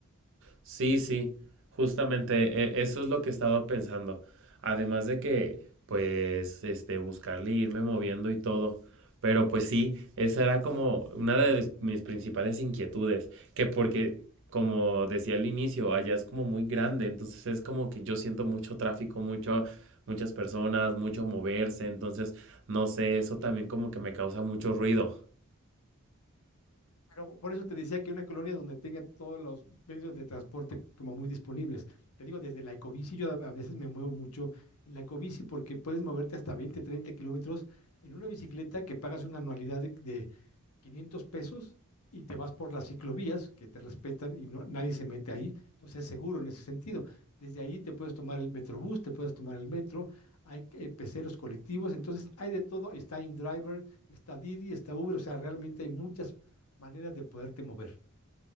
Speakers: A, on the right; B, on the left.
A: Sí, sí, justamente e- eso es lo que he estado pensando. Además de que, pues, este, buscarle, e irme moviendo y todo. Pero pues sí, esa era como una de las- mis principales inquietudes, que porque, como decía al inicio, allá es como muy grande, entonces es como que yo siento mucho tráfico, mucho, muchas personas, mucho moverse, entonces, no sé, eso también como que me causa mucho ruido.
B: Pero por eso te decía que una colonia donde tenga todos los medios de transporte como muy disponibles. Te digo, desde la ecobici, yo a a veces me muevo mucho en la ecobici porque puedes moverte hasta 20, 30 kilómetros en una bicicleta que pagas una anualidad de, de 500 pesos y te vas por las ciclovías que te respetan y no, nadie se mete ahí, entonces es seguro en ese sentido. Desde ahí te puedes tomar el metrobús, te puedes tomar el metro, hay eh, peceros colectivos, entonces hay de todo, está InDriver, está Didi, está Uber, o sea, realmente hay muchas maneras de poderte mover.